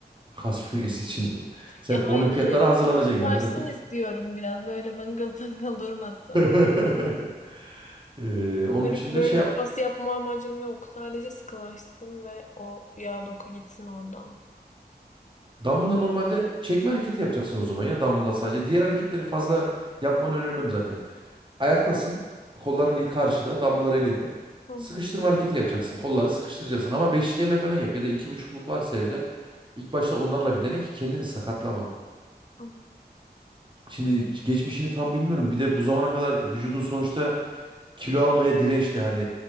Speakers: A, on the right; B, on the left.
A: <laughs> Kas bölgesi için. <laughs> Sen
B: Ya
A: olimpiyatlara
B: hayır şey.
A: hazırlanacaksın
B: Ulaşsın
A: herhalde.
B: istiyorum biraz böyle bıngıl bıngıl durmasın.
A: <laughs> Ee, onun
B: Öyle
A: için
B: bir- böyle
A: de şey yap.
B: bir kas yapma amacım yok. Sadece sıkılaşsın ve o yağ doku gitsin oradan.
A: Dumbbell'la normalde çekme hareketi yapacaksın o zaman ya. Dumbbell'la sadece. Diğer hareketleri fazla yapmanı önermem zaten. Ayaktasın. Kolların ilk karşıda. Dumbbell'lar elinde.
B: Hı hı,
A: Sıkıştırma hareketi yapacaksın. Kolları sıkıştıracaksın. Ama beşlilerle falan yap. Ya da iki buçukluk varsa evde. İlk başta onlarla bir dene ki kendini sakatlama.
B: tamam.
A: Şimdi geçmişini tam bilmiyorum. Bir de bu zamana kadar vücudun sonuçta kilo almaya dirençli hani